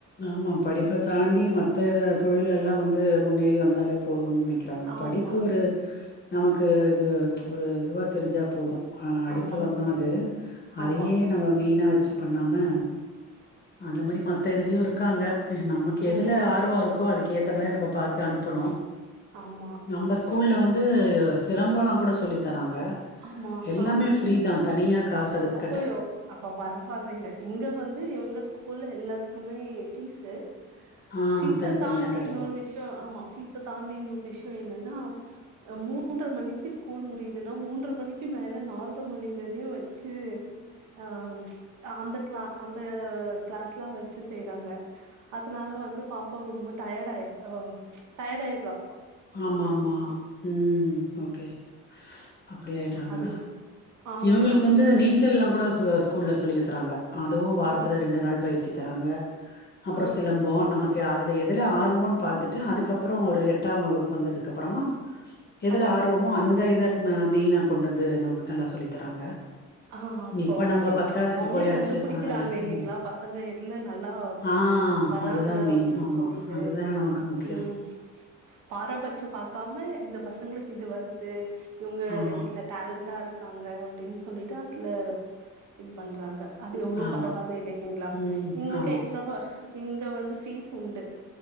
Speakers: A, on the left; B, on the right.
A: ஆமா படிப்ப தாண்டி மத்த இத தொழில் எல்லா வந்து முன்னேறி வந்தாலே போதுன் நெனை கிறாங்க
B: ஆமா
A: படிப்பு ஒரு நமக்கு இதுவு ஒரு இதுவா தெரிஞ்சா போது ஆ அடித்தளம்
B: ஆமா
A: தா அது அதையே
B: ஆமா
A: நம்ம மெயினா வச்சு பண்ணாம அந்த மாரி மத்த இதுலயு இருக்காங்க நமக்கு எதுல
B: ம்
A: ஆர்வோ இரு க்கோ அதுக் ஏத்த மாரி நம்ப பாத்து அனுப்பணு
B: ஆமா
A: நம்ப ஸ் ஸ்கூல்ல வந்து சிலம்போலா கூட சொல்லி தராங்க
B: ஆமா
A: எல்லாமே
B: ஆ
A: ஃப்ரீ தா தனியா காசு அதுக்
B: அப்பயோ அப்ப பர்வால்லங்க இங்க வந்து இவுங்க ஸ்கூல்ல எல்லாத்துக்குமே ஃபீஸ்ஸு
A: ஆ
B: ஃபீஸ
A: தனித்தனியா
B: தான்டி
A: கட்டணு
B: இன்னொரு விஷ்யோ ஆமா ஃபீஸ தான்டி இன்னொரு விஷ்யோ என்னன்னா ஆ மூன்ர மணிக்கி ஸ்கூல் முடிதுன்னா மூன்ர மணிக்கு மேல நால்ர மணி வரியு வ ச்சு ஆ அந்த க்ளா அந்த கிளாஸ்லா வச்சு செய்றாங்க அதுனால வந்து பாப்பா ரொம்ப டயர்ட்டா ஆ டயர்ட்டாயிட்றா
A: ஆமாமா ம் ஓகே அப்டி ஆயிட்றாங்க
B: அது ஆமா
A: இவுங்களுக்கு வந்து நீ ச்சல்லா கூட சு ஸ்கூல்ல சொல்லிதராங்க அதுவு வாரத்துல
B: ஆ
A: ரெண்டு நாள் பயிற்சி தராங்க அப்றோ
B: ஆ
A: சிலம்போ நம க்கு அதுல எதுல ஆர்வோன் பாத்துட்டு அதுக்கப்றோ ஒரு எட்டாம் வகுப்பு வந்ததுக்கப்றமா எதுல
B: அதுல
A: ஆர்வமோ அந்த இத ம மெய்னா கொண்டந்து நமக்கு நல்லா சொல்லி தராங்க
B: ஆ அப்போ
A: இப்ப
B: ஓகே
A: நம்ம பத்தாதுக்கு
B: அவுங்ளே
A: போயாச்சு
B: கண்டுபுடிக்கிறாங்க
A: அதனால
B: இல்லைங்ளா
A: ம்
B: பசங்க எட்ல நல்லா
A: ஆ
B: வராங்க
A: அதுதா மெயின்
B: அப்டின்
A: ஆமா
B: சொல்லிட்டு
A: அதுதான நமக்கு முக்கியோ
B: ம் பாரபட்ச பாக்காம இந்த பசங்களுக்கு இது வருது இவுங்க
A: ஆமா
B: இட்ல டேலன்ட்டா இருக்காங்க அப்டின் சொல்லிட்டு அட்ல இது பண்றாங்க அது எவ்ளோ
A: ஆமா
B: பரவால்ல இல்லைங்ளா
A: ம்
B: உங்ளுக்கு
A: ஆமா
B: எக்ஸ்ட்ராவா இங்க வந்து ஃபீஸ் உண்டு